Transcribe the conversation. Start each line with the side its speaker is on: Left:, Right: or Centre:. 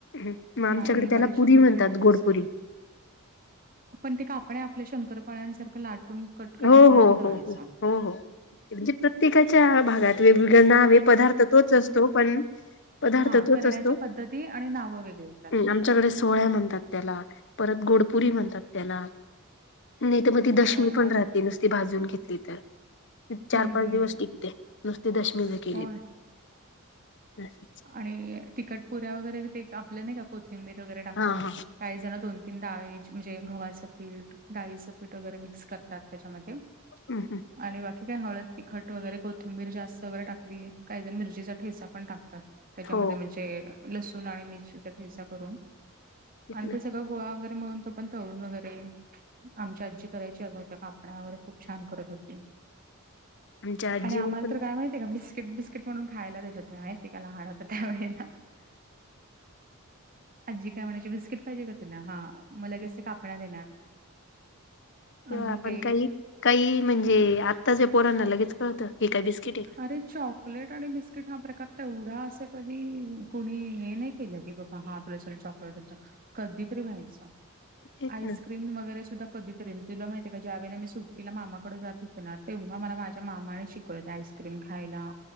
Left: हम्म मग आमच्याकडे
Right: आणि
Left: त्याला
Right: बडीशोप
Left: पुरी
Right: वगैरे
Left: म्हणतात
Right: टाकायचं.
Left: गोडपुरी
Right: पण ते कापण आपल्या शंकरपाळ्यांसारखं लाटून कट करायच
Left: हो,
Right: आणि
Left: हो,
Right: ते दळायच.
Left: हो, हो, हो, म्हणजे प्रत्येकाच्या भागात वेगवेगळ नावे पदार्थ तोच असतो पण, पदार्थ
Right: हा
Left: तोच
Right: करण्याच्या
Left: असतो.
Right: पद्धती आणि नावं वेगळील
Left: आमच्याकडे सोहळ्या म्हणतात त्याला परत गोडपुरी म्हणतात त्याला. नाही तर मग ती
Right: किंवा
Left: दशमी पण
Right: आणि
Left: राहते नुसती भाजून घेतली तर चार
Right: हं,
Left: पाच
Right: हं,
Left: दिवस
Right: हं.
Left: टिकते नुसती दशमी ज केली
Right: हो
Left: तर अस
Right: आणि तिकट पुऱ्या वगैरे ते आपल्या नाही का कोथिंबीर वगैरे टाकून,
Left: हां, हां.
Right: काही जण दोन तीन डाळे म्हणजे घव्हाच पी डाळीचं पीठ वगैरे मिक्स करतात त्याच्यामध्ये,
Left: हम हं
Right: आणि बाकी काय हळद तिखट वगैरे कोथिंबीर जास्त वगैरे टाकली काही जण मिरचीचा ठेसा पण टाकला त्याच्यामध्ये
Left: हो
Right: म्हणजे लसूण आणि मिरची ठेसा करून
Left: तेच
Right: आणि
Left: ना.
Right: त्या <unintelligible> ग गोळा वगैरे मगून तो पण तळून वगैरे <unintelligible> आमच्या आजी करायची अग होत्या कापणावर खूप छान करत होती <unintelligible>
Left: आमच्या आजीने
Right: आणि आम्हाला
Left: पण
Right: तर काय माहितीय का बिस्किट बिस्किट म्हणून खायला देत होते <unintelligible> काला हाड होत त्या वेळेला आजी काय म्हणायची बिस्किट <unintelligible> पाहिजे का तुला हा म लगेच कापणा देणार <unintelligible>
Left: तेव्हा
Right: अजून
Left: आपण
Right: ते
Left: काही काही म्हणजे आत्ता ज पोरांना लगेच कळतं हे काय बिस्किट आहे का. <unintelligible>
Right: अरे चॉकलेट आणि बिस्किट हा प्रकार तेवढा अस कधी कोणी हे नाही <unintelligible> केलं की बघा हा आपल्या चॉकलेट कधी तरी व्हायचा <unintelligible>
Left: तेच
Right: आईस्क्रीम
Left: ना.
Right: वगैरे सुद्धा <unintelligible> कधीतरी तुला माहितीय का ज्या वेळे मी सुट्टीला मामाकडे जात होते ना तेव्हा मला माझ्या मामाने शिकवत <unintelligible> आईस्क्रीम खायला